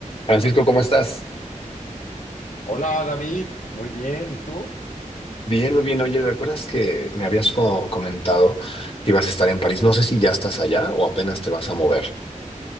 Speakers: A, on the left; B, on the left.
A: Francisco, ¿cómo estás?
B: Hola David, muy bien, ¿y tú?
A: Bien, muy bien. Oye, ¿recuerdas que me habías co- comentado que ibas a estar en París? No sé si ya estás allá o apenas te vas a mover.